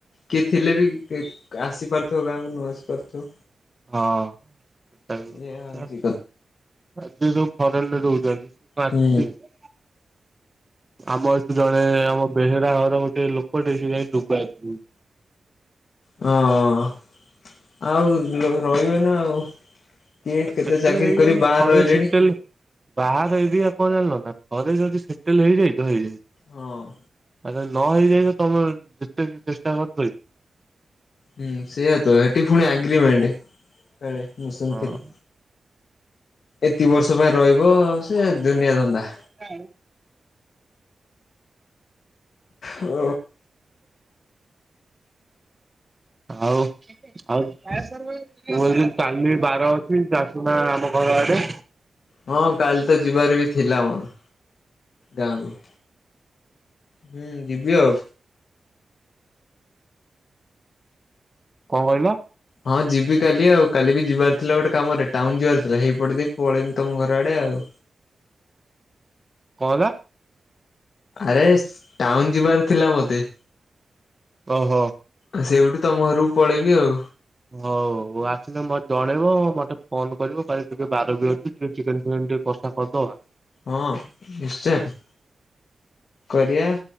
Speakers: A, on the left (about 85°); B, on the right (about 20°).
A: କିଏ ଥିଲେ ବି ଆସିପାରୁଥିବ ଗାଁକୁ ନ ଆସିପାରୁଥିବ
B: ହଁ ସେଟାବି ଗୋଟେ
A: ଏଇଆ
B: କଥା
A: ହଉଛି
B: ଆଜି ଯୋଉ ଫରେନରେ ରହୁଛନ୍ତି।
A: ହୁଁ
B: <unintelligible> ଆମ ଏଠୁ ଜଣେ ଆମ ବେହେରା ଘର ଗୋଟେ ଲୋକଟେ ସେ ଯାଇ ଡୁବା <unintelligible>
A: ହଁ ଆଉ ରହିବେ ନା ଆଉ କିଏ କେତେ
B: ସେଟେଲ୍
A: ଚାକିରି
B: ହେଇଗଲେ
A: କରି ବାହ
B: ଥରେ
A: ରହିଲେଣି।
B: ସେଟେଲ୍ ବାହାର ଏବେ ଆଉ କଣ ଜାଣିଲ ନା ଥରେ ଯଦି ସେଟଲ ହେଇଯାଇ ତ ହେଇଯାଇଛି
A: ହଁ।
B: ଆ ନ ହେଇଯାଇବ ତମେ ଚେଷ୍ଟା କରି ରହିବ।
A: ହୁଁ ସେଇଆ ତ ସେଠି ପୁଣି ଆଗ୍ରିମେଣ୍ଟ କଳେ ମୁଁ ଶୁଣିଥିଲି।
B: ହଁ
A: ଏତି ବର୍ଷ ପାଇଁ ରହିବ ସେ ଦୁନିଆ ଧନ୍ଦା
B: ହଁ
A: ଓ
B: ଆଉ ଆଉ କଛ କାଲି ବାର ଅଛି ଆସୁନା ଆମ ଘର ଆଡ଼େ।
A: ହଁ କାଲି ତ ଯିବାର ବି ଥିଲା ମୋର ଗାଁକୁ। ହୁଁ ଯିବି ଆଉ।
B: କଣ କହିଲ?
A: ହଁ ଯିବି କାଲି ଆଉ କାଲି ବି ଯିବାର ଥିଲା ଗୋଟେ କାମରେ ଟାଉନ ଯିବାର ଥିଲା ହେଇପଟେ ଦେଇ ପଳେଇମି ତମ ଘର ଆଡ଼େ ଆଉ।
B: କଣ ହେଲା?
A: ଆରେ ଟାଉନ ଯିବାର ଥିଲା ମୋତେ।
B: ଓହୋ
A: ଆ ସେଇଠି ତମ ଘରକୁ ପଳେଇବି ଆଉ।
B: ହଉ ଆସିଲେ ମୋତେ ଜଣେଇବ ମତେ ଫୋନ କରିବ କାଲି ଟିକେ ବାର ବି ଅଛି ଟିକେ ଚିକେନ ଫିକନ୍ ଟିକେ କସା କରିଦବା।
A: ହଁ ନିଶ୍ଚୟ। କରିବା